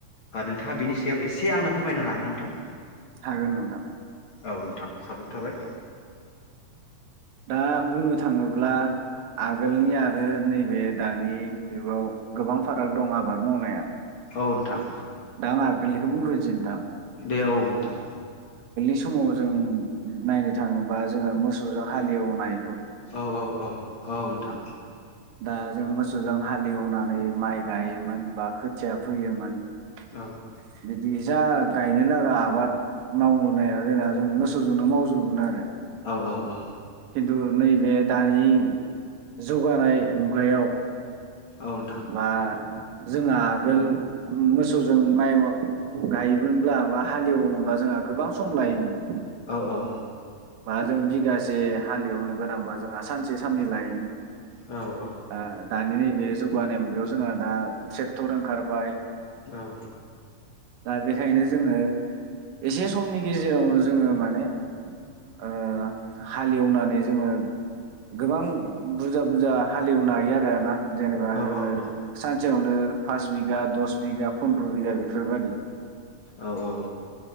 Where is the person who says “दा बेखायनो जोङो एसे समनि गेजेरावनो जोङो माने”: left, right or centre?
Right